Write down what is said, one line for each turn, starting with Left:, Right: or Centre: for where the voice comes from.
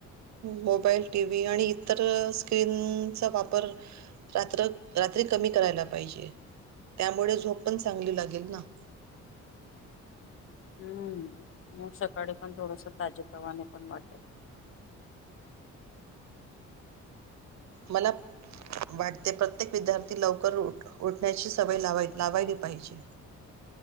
Right: मोबाईल, टीव्ही आणि इतर स्क्रीनचा वापर रात्र रात्र तरी कमी करायला पाहिजे त्यामुळे झोप पण चांगली लागेल ना? मस्त.
Left: हम्म मग सकाळी पण थोडस ताजे तवाने पण वाटेल.
Right: मला, वाटते प्रत्येक विद्यार्थी लवकर उठण्याची सवय ला लावायली पाहिजे.